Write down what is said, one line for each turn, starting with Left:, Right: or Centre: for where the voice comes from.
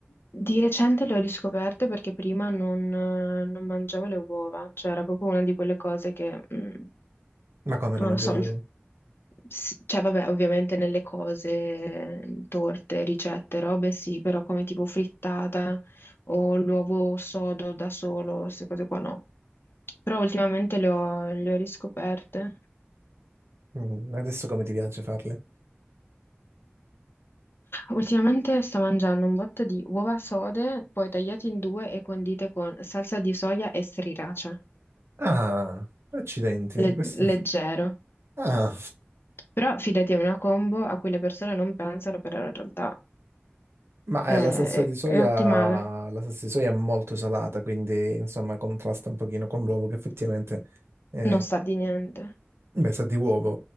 Left: di recente le ho riscoperte perché prima non, non mangiavo le uova, cioè era proprio una di quelle cose che... mm,
Right: Ma come
Left: non
Right: non mangiavi
Left: lo so,
Right: le uova?
Left: S- cioè vabbè, ovviamente nelle cose, torte, ricette, robe sì, però come tipo frittata o l'uovo sodo da solo, queste cose qua no. Però ultimamente le ho, le ho riscoperte.
Right: Mm, adesso come ti piace farle?
Left: Ultimamente sto mangiando un botto di uova sode, poi tagliate in due e condite con salsa di soia e sriracha.
Right: Ah, accidenti,
Left: Le-
Right: questo...
Left: leggero.
Right: <laughs> Ah,
Left: Però fidati, è una combo a cui le persone non pensano, però in realtà
Right: ma
Left: è,
Right: eh, la salsa di soia,
Left: è ottimale.
Right: la salsa di soia è molto salata, quindi insomma contrasta un pochino con l'uovo che effettivamente... eh,
Left: Non sa di niente.
Right: beh, sa di uovo.